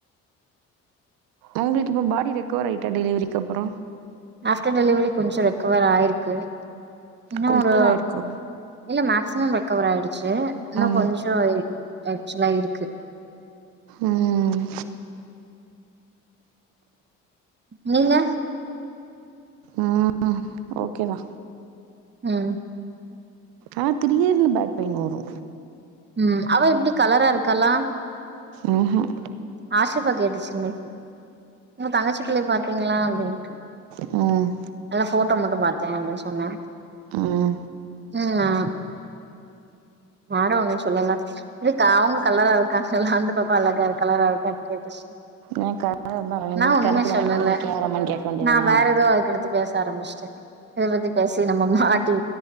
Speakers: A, on the right (about 80°); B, on the right (about 30°).
A: உங்களுக்கு இப்போ பாடி ரெக்கவர் ஆயிட்ட டெலிவரிக்கு அப்பறோ
B: ஆஃப்டர் டெலிவரி கொஞ்சோ ரெக்கவர் ஆயிருக்கு இன்னு
A: கொஞ்ச
B: ஒரு
A: தா இருக்கு
B: இல்ல மேக்ஸ்மம் ரெக்கவர் ஆயிடுச்சு இன்னோ
A: ம்
B: கொஞ்சோ ஆக்சுல்லா இருக்கு
A: ம்
B: நீங்க
A: ம் ஓகேதா
B: ம்
A: ஆ திடியர்னு பேக் பெய்ன் வரு
B: ம் அவ எப்டி கலரா இருக்காலா
A: ம்ஹ்ம்
B: ஆஷிஃபா கேட்டுச்சு நேத்தி உங்க தங்கச்சி பிள்ளய பாத்தீங்ளா அப்டின்னு
A: ம்
B: அதா போட்டோ மட்டு பாத்தே அப்டின்னு சொன்னே
A: ம்
B: என்ன வாரா வாங்கன் சொல்லல இதுக்கா அவுங்க கல்லாரா இருக்காங்கலா அந்த பாப்பா அழகா இருக் <unintelligible>
A: எனக்கு அதா
B: நா
A: நீங்க
B: ஒண்ணுமே
A: கருப்பு தான
B: சொல்லல
A: அப்ப நீங்க கேவலமான்னு கேட்க வேண்டியதானே
B: நா வேற தோ அதுக்கடுத்து பேச ஆரம்பிச்ட்ட இத பத்தி பேசி நம்ம மாட்டி